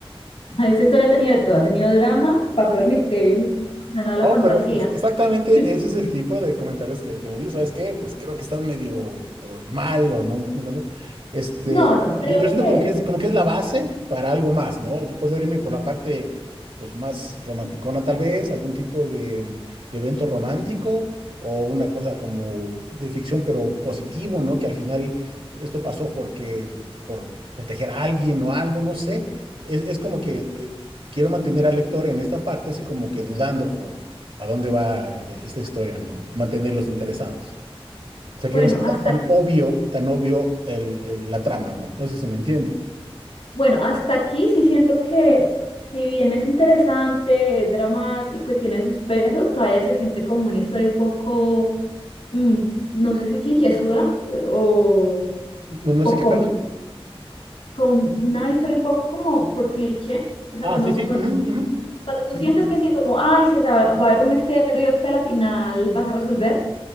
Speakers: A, on the left (about 70°); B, on the right (about 65°).
A: Ah, Esta historia ha tenido de todo, ha tenido drama, pasó el misterio, y mi- nada la
B: Oh,
A: fantasía.
B: pero es- exactamente
A: <laughs>
B: ese es el tipo de comentarios que, que me dice, ¿sabes qué? Pues creo que estás medio, medio mal o no no encuentro. Este,
A: No, no, creo
B: yo, yo siento
A: que,
B: como que es, como que es la base para algo más, ¿no? Yo puedo irme por la parte, pues más romanticona tal vez, algún tipo de, de evento romántico o una cosa como de ficción, pero positivo, ¿no? Que al final esto pasó porque, por proteger a alguien o algo, no sé. Es, es como que... eh, quiero mantener al lector en esta parte así como que dudando, como a dónde va eh, esta historia, ¿no? Mantenerlos interesados. O sea,
A: bueno,
B: que no sea tan,
A: hasta
B: tan obvio, tan obvio el, el- la trama, ¿no? No sé si se me entiendes.
A: Bueno, hasta aquí sí siento que si bien es interesante, es dramático y tiene sus pesos, todavía se siente como una historia un poco, mm, no sé si clichésuda o,
B: No, no
A: o
B: sé qué,
A: con,
B: perdón.
A: con una historia un poco como por cliché. O sea,
B: Ah,
A: cuando,
B: sí, sí.
A: cuando,
B: ujú,
A: cuando tú
B: ujú,
A: sientes que sí, como, ay, sí, o sea, va a haber un misterio que a la final vas a resolver,